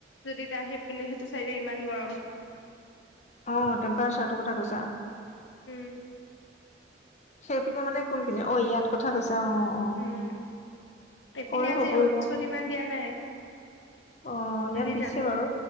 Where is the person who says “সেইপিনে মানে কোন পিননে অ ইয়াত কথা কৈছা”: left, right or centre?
Left